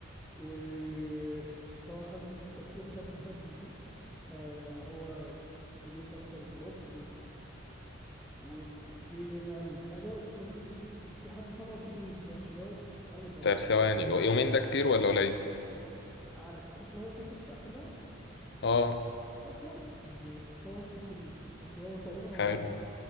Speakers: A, in the centre; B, on the left.
A: وطبعا خد التكسير خد مثلا يومين ك- هو اللي جه كسر البلاط و- وجه نقل الحاجة ولازم يكون في حد تابعه يشيل الراتش دوت بأول بأول
B: طيب ثواني يومين ده كتير ولا قليل
A: لا على بحيث اللي هو يكسر الشقة كلها
B: اه
A: لا كويس يعني متوسط يومين وفي هو تقريبا هو
B: حلو
A: خلصها ب-